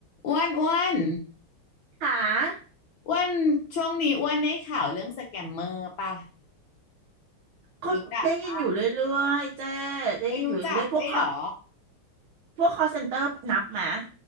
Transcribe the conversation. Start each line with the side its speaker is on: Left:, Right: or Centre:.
Left: อ้วนอ้วน
Right: ค่ะ
Left: อ้วนช่วงนี้อ้วนได้ข่าวเรื่องสแกมเมอร์ป่ะ
Right: คนได้ยินอยู่เรื่อยๆเจ้
Left: รู้จักป่ะ
Right: ได้ยินอยู่เรื่อยๆพวกคอ
Left: เอ้ยรู้จักได้วยเหรอ
Right: พวกคอเซ็นเตอร์นับไหมา